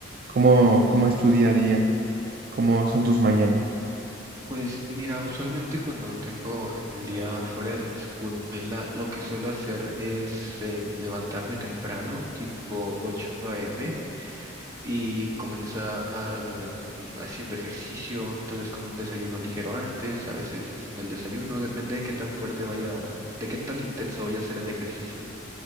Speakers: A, on the right (about 45°); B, on the right (about 15°).
A: ¿Cómo, cómo es tu día a día? ¿Cómo son tus mañanas?
B: Pues mira, usualmente cuando tengo el día fuera de la escuela, lo que suelo hacer es em, levantarme temprano, tipo 8 a.m., y comenzar mm, haciendo ejercicio, tal vez con un desayuno ligero antes, a veces sin el desayuno, depende de qué tan fuerte vaya, de qué tan intenso vaya a ser el ejercicio.